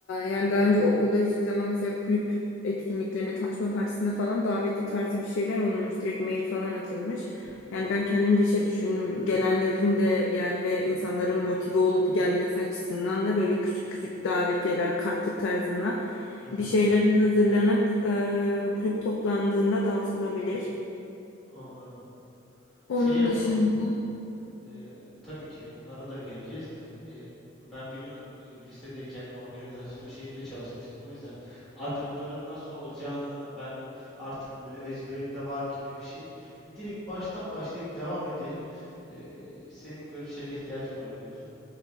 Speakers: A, on the left (about 80°); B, in the centre.
A: yani daha önce okulda hiçbir zaman mesela kulüp etkinliklerine, tanışma partisine falan davetli tarzı bir şeyler olmamış. Direkt mail falan atılmış.
B: Hı
A: Yani ben kendimce şey düşündüm. Gelenlerin de yani ve insanların motive olup gelmesi açısından da böyle küçük küçük davetiyeler, kartlık tarzında
B: hı.
A: bir şeyler hazırlanıp e, kulüp toplandığında dağıtılabilir.
B: <laughs> Anladım.
A: Onun
B: Şey yapalım.
A: dışında
B: Ee, tabii ki onlara da geleceğiz. Ee, ben biliyorsun e, lisedeyken organizasyon şeyinde çalışmıştım. O yüzden adımların nasıl olacağını ben artık böyle ezberimde var gibi bir şey. Direkt baştan başlayıp devam edelim. Ee, senin görüşlerine ihtiyacım var biliyorsun.